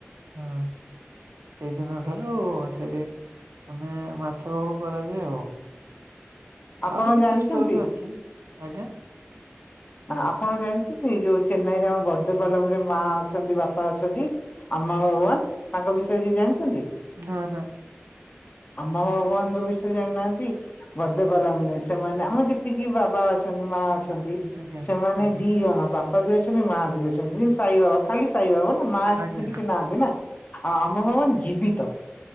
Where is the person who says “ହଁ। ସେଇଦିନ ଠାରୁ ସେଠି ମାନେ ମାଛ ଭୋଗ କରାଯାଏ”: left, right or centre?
Right